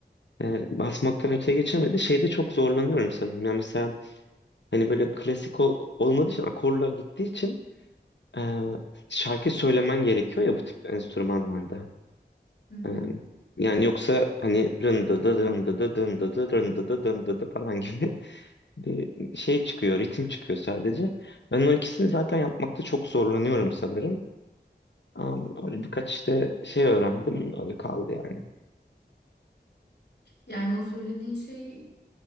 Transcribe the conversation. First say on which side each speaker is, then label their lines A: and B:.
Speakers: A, on the left; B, on the left.
A: E, basmaktan öteye geçemedi. Şeyde çok zorlanıyorum sanırım. Yani mesela hani böyle klasik ol- olmadığı için akorla gittiği için e, şarkı söylemen gerekiyor ya bu tip enstrümanlarda.
B: hı. hı.
A: E, yani yoksa hani rındı dı rındı dı rındı dı rındı dı rındı dı falan <laughs> gibi bir şey çıkıyor, ritim çıkıyor sadece. Ben o ikisini zaten yapmakta çok zorlanıyorum sanırım. Am, Böyle birkaç işte şey öğrendim, öyle kaldı yani.
B: Yani o söylediğin şey